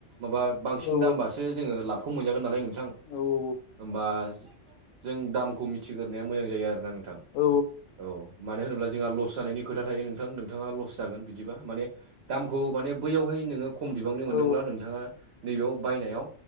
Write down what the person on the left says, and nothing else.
औ
औ
औ
औ